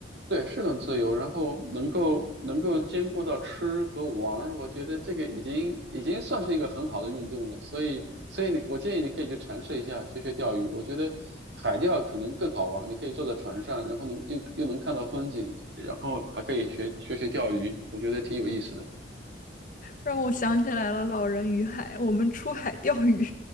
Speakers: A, on the right; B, on the left.
A: 对，是很自由，然后能够能够兼顾到吃和玩我觉得这个已经已经算是一个很好的运动了。所以，所以你我建议你可以去尝试一下，学学钓鱼。我觉得海钓可能更好玩你可以坐在船上，然后能又又能看到风景，然后还可以学学学钓鱼，我觉得挺有意思的。
B: 让我想起来了老人与海，我们出海钓鱼。